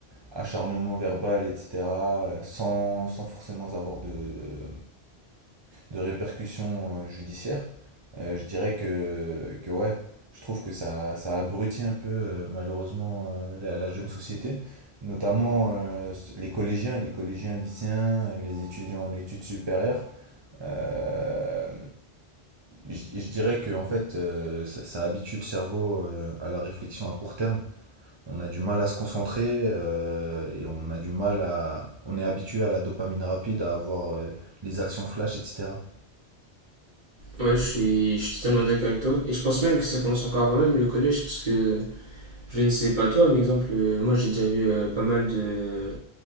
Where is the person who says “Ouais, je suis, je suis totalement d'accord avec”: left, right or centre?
Right